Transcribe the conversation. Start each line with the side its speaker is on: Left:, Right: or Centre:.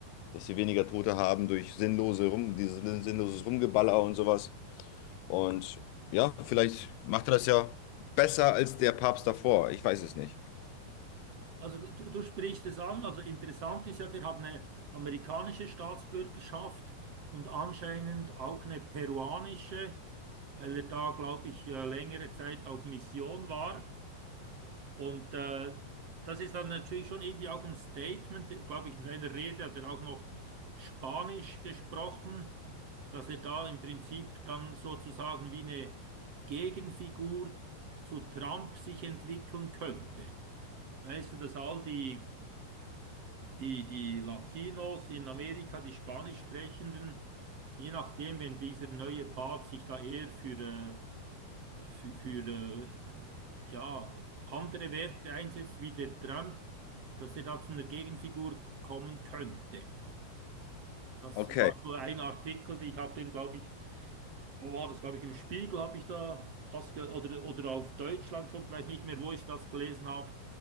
Left: dass wir weniger Tote haben durch sinnlose Rum, dieses sinnloses Rumgeballer und sowas. Und ja, vielleicht macht er das ja besser als der Papst davor. Ich weiß es nicht.
Right: Also du, du sprichst es an, also interessant ist ja, der hat eine amerikanische Staatsbürgerschaft und anscheinend auch eine peruanische, weil er da, glaube ich, äh, längere Zeit auf Mission war. Und äh, das ist dann natürlich schon irgendwie auch ein Statement, glaube ich, in seiner Rede hat er auch noch Spanisch gesprochen, dass er da im Prinzip dann sozusagen wie eine Gegenfigur zu Trump sich entwickeln könnte. Weißt du, dass all die, die, die Latinos in Amerika, die Spanisch sprechenden, Je nachdem, wenn dieser neue Papst sich da eher für, äh, für, für äh, ja, andere Werte einsetzt wie der Trump, dass er da zu einer Gegenfigur kommen könnte. Das
Left: Okay.
Right: war so ein Artikel, den ich habe den, glaube ich, wo war das, glaube ich, im Spiegel habe ich da das ge- oder, oder auf Deutschlandfunk, ich weiß nicht mehr, wo ich das gelesen habe.